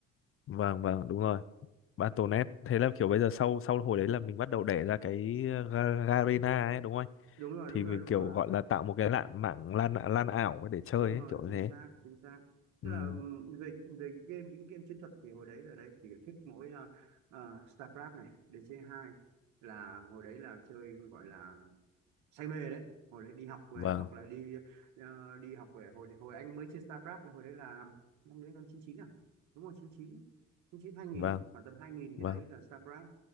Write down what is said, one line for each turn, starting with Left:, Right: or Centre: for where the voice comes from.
Left: vâng vâng đúng rồi Battle.net thế là kiểu bây giờ sau sau hồi đấy là mình bắt đầu đẻ ra cái ờ, Ga- Garena ấy đúng không anh?
Right: đúng rồi
Left: thì
Right: đúng rồi
Left: mình
Right: đúng
Left: kiểu
Right: rồi
Left: gọi là tạo một cái lạn mạng lan lan ảo để chơi
Right: đúng
Left: ấy,
Right: rồi
Left: kiểu
Right: chính
Left: như thế
Right: xác chính xác tức
Left: ừ
Right: là ừm, về về game những game chiến thuật thì hồi đấy là đấy chỉ thích mỗi ờ, ờ, StarCraft này DC hai là hồi đấy là chơi gọi là say mê đấy hồi đấy đi học về
Left: vâng
Right: hoặc là đi ờ, đi học về hồi hồi anh mới chơi StarCraft là hồi đấy là năm đấy năm chín chín à đúng rồi chín chín chín chín hai nghìn
Left: vâng
Right: khoảng tầm hai nghìn
Left: vâng
Right: gì đấy là StarCraft